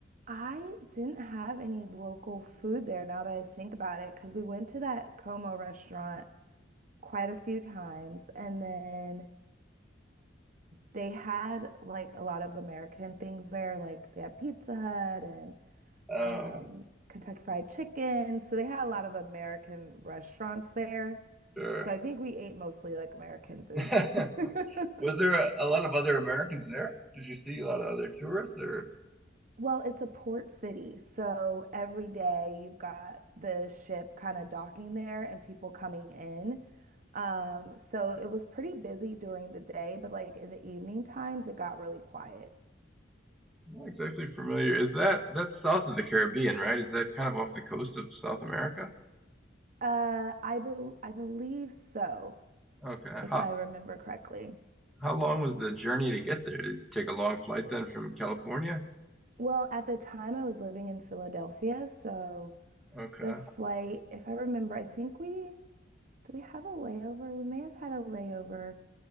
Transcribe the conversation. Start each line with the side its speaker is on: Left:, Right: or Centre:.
Right: I didn't have any local food there now that I think about it, because we went to that Como restaurant quite a few times. And then they had like a lot of American things there, like they had Pizza Hut and
Centre: Oh,
Right: um, Kentucky Fried Chicken. So they had a lot of American restaurants there.
Centre: sure.
Right: So I think we ate mostly like American food.
Centre: <laughs>
Right: <laughs>
Centre: Was there a, a lot of other Americans there? Did you see a lot of other tourists or
Right: Well, it's a port city, so every day you've got the ship kind of docking there and people coming in. Um, so it was pretty busy during the day, but like in the evening times, it got really quiet.
Centre: I'm not exactly familiar. Is that that's south of the Caribbean, right? Is that kind of off the coast of South America?
Right: Uh, I bel I believe so,
Centre: Okay.
Right: if
Centre: How
Right: I remember correctly.
Centre: how long was the journey to get there? Did you take a long flight then from California?
Right: Well, at the time I was living in Philadelphia, so
Centre: Okay.
Right: the flight, if I remember, I think we Do we have a layover? We may have had a layover